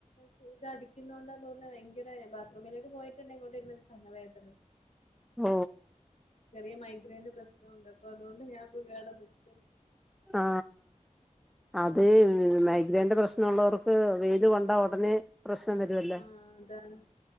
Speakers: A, on the left; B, in the centre.
A: സുത അടി കുന്നുണ്ടെന്ന് തോന്നുന്ന എങ്കില് ബാത്റൂമിലേക്ക് പോയിട്ടുണ്ട് എങ്ങോട്ട തലവേദന
B: ഓ
A: വിയ മൈഗ്രൈന്റെ പ്രശ്നൊണ്ട് അപ്പൊ അതുകൊണ്ട് ഞാൻ കേട നിക്ക്‌
B: ആ അതെ മ ഇതേന്റെ പ്രശ്നമ ഉള്ളവർക്ക് വെയിലു കൊണ്ട ഉടനെ പ്രശ്നം വരുവല്ലേ
A: ആ അതാണ്